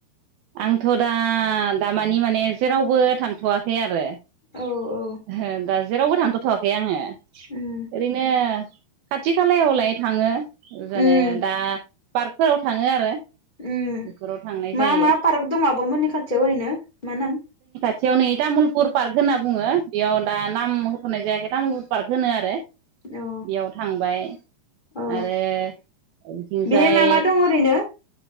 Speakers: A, on the right (about 85°); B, on the left (about 75°).
A: आंथ' दा दामानि माने जेरावबो थांथ'वाखै आरो।
B: औ औ
A: हो दा जेरावबो <unintelligible> खै आङो।
B: उम
A: ओरैनो खाथि खालायावलाय थाङो। जेने
B: उम
A: दा पार्कफोराव थाङो आरो।
B: उम
A: बेफोराव थांनाय जायो
B: मा मा पार्क दं आब'मोननि खाथियाव ओरैनो मा नाम?
A: थियाव नै तामुलपुर पार्क होनना बुङो। बेयाव दा नाम होथ'नाय जायाखै तामुलुर पार्क होनो आरो।
B: औ
A: बेयाव थांबाय।
B: औ
A: आरो बिथिंजाय
B: बेहाय मा मा दं ओरैनो